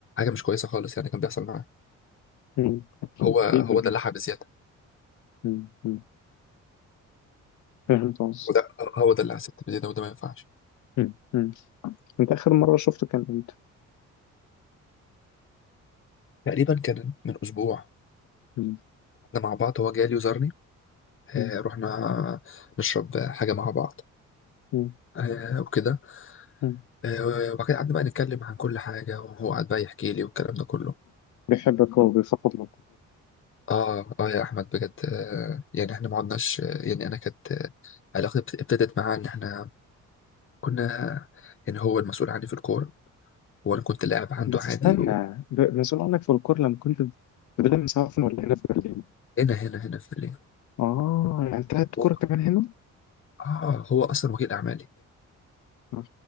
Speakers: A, on the left; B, on the left.
A: مش كويسة خالص يعني كان بيحصل معاه
B: مم. أكيد
A: هو هو
B: أكيد
A: دلعها بزيادة
B: مم. مم. فهمت قصدك
A: وده هو ده اللي حسيت بيه ده وده ما ينفعش
B: مم. مم. أنت آخر مرة شفته كان إمتى
A: تقريبا كان من اسبوع
B: مم.
A: احنا مع بعض هو جالي وزارني آه
B: مم.
A: رحنا نشرب حاجه مع بعض
B: مم.
A: آه وكده
B: مم.
A: آه وبعد كده قعدنا بقى نتكلم عن كل حاجه وهو قعد بقى يحكي لي والكلام ده كله
B: بيحبك هو بيفضلك
A: اه اه يا احمد بجد آه يعني احنا ما عدناش آه، يعني انا كانت آه، علاقتي بت- ابتدت معاه ان احنا كنا يعني هو المسؤول عني في الكوره وانا كنت لاعب عنده
B: بس
A: عادي
B: استنى
A: وهنا
B: ب- مسؤول عنك في الكورة لما كنت في برلين مسافر ولا هنا في برلين؟
A: هنا هنا في الليل
B: آه يعني تلعب
A: هو-
B: كورة كمان هنا؟
A: اه هو اصلا وكيل اعمالي
B: آه،